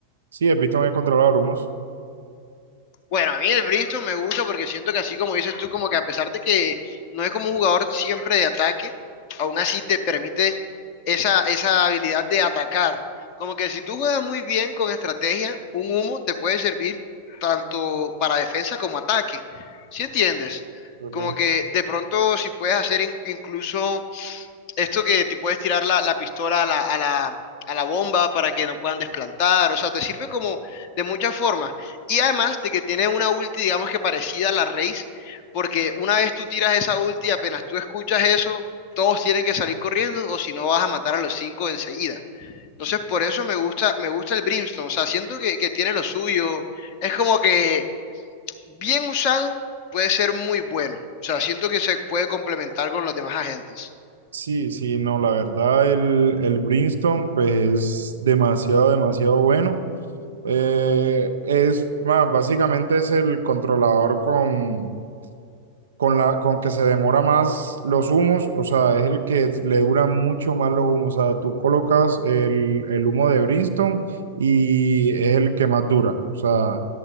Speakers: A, on the right; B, on the left.
A: Sí, he visto en el controlador humos.
B: Bueno, a mí el Brimstone me gusta porque siento que así como dices tú, como que a pesar de que no es como un jugador siempre de ataque, aún así te permite esa, esa habilidad de atacar. Como que si tú juegas muy bien con estrategia, un humo te puede servir tanto para defensa como ataque. ¿Sí entiendes?
A: Ok.
B: Como que de pronto si puedes hacer in- incluso esto que te puedes tirar la, la pistola a la, a la, a la bomba para que no puedan desplantar, o sea, te sirve como de muchas formas. Y además de que tiene una ulti, digamos que parecida a la Raze, porque una vez tú tiras esa ulti, apenas tú escuchas eso, todos tienen que salir corriendo o si no vas a matar a los cinco enseguida. Entonces, por eso me gusta, me gusta el Brimstone, o sea, siento que, que tiene lo suyo, es como que bien usado puede ser muy bueno, o sea, siento que se puede complementar con los demás agentes.
A: Sí, sí, no, la verdad el, el Brimstone pues es demasiado, demasiado bueno. Eh, es más, básicamente es el controlador con con la con que se demora más los humos, o sea, es el que le dura mucho más los humos. O sea, tú colocas el, el humo de Brimstone y es el que más dura. O sea,